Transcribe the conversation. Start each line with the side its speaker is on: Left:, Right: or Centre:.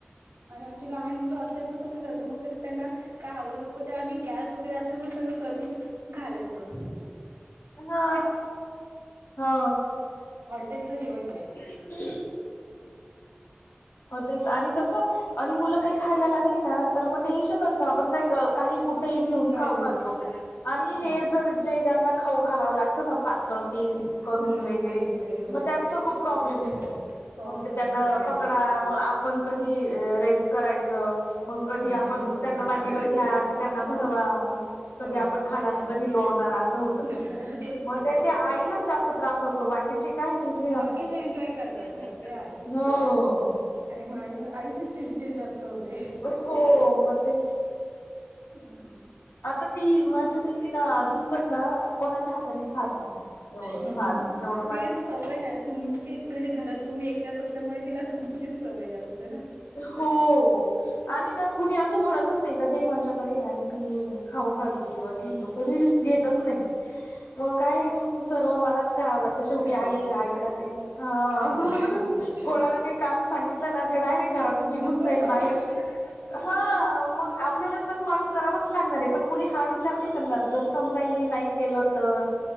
Right: आणि आमची लहान मुलं असल्यापासून आम्ही जातो मग त्यांना काय हवं नको ते आम्ही गॅस वगैरे असल्यामुळेण सगळ करून घालायचो.
Left: हा हा.
Right: तेल च जेवण नाही.
Left: ह <inaudible> तेच आणि कस आणि मुलं काही खायला लागली ना तर मग टेन्शन नसतं आपण काय काही कुठेही घेऊन
Right: काय
Left: खाऊ
Right: हो
Left: घालतो
Right: काय
Left: आणि
Right: म्हणतो
Left: हे जर जे ज्याना खाऊ घालावं लागत ना पातळ पीस करून
Right: हे
Left: वगैरे
Right: पेज हो
Left: मग त्यांचा खूप प्रॉब्लेम
Right: मग तेच
Left: येतो.
Right: प्रॉब्लेम
Left: मग
Right: होतो
Left: त्यांना
Right: हो
Left: पकडा मग आपण कधी रेस्ट करायच
Right: हो
Left: मग कधी आपण
Right: त्यांच्याच मागे
Left: त्यांना मांडीवर
Right: खा ते
Left: घ्या
Right: खा
Left: मग त्यांना भरवा कधी
Right: हो
Left: आपण खणार,
Right: ते आहेच.
Left: कधी लोणार अस
Right: असं असतं
Left: मग ते
Right: हो
Left: ते आईलाच जास्त त्रास असत बाकीचे काही नाही फ्री असतात,
Right: बाकीचे एन्जॉय
Left: बाकीचे
Right: करतात
Left: एन्जॉय
Right: हो
Left: करतात,
Right: ते आहे.
Left: हो.
Right: आणि मा आईची चिडचिडी जास्त त होते
Left: हो मग तेच
Right: हम्म.
Left: आता ती माझी मुलगी ना अजून पण ना कोणाच्या हाताने खात नाही. एवढं
Right: हम्म
Left: फास्ट
Right: हम्म
Left: जेवढ
Right: ती अस सवय नाही ना तुमची कशी घरात तुम्ही एकट्यात असल्यामुळे तिला तुमचीच सवय जास्त ना.
Left: हो आणि ना कुणी असं म्हणतच नाही काध माझ्याकडे आणि मी ये खाऊ घालतो किंवा घेतो कोणी रिस्क घेतच नाही. मग काय सर्व मलाच करावं लागत शेवटी
Right: कर
Left: आई,
Right: लागतं
Left: आईला काय हा
Right: आईलाच गरज असतं
Left: कोणाला काही काम सांगितलं ना ते डायरेक्ट घरातून निघून
Right: नको
Left: जाईल
Right: रे बाबा
Left: बाहेर हा मग आपल्याला चक मारून करावच लागणार आहे पण कुणी हा विचार नाही करणार जर समजा इने नाही केलं तर.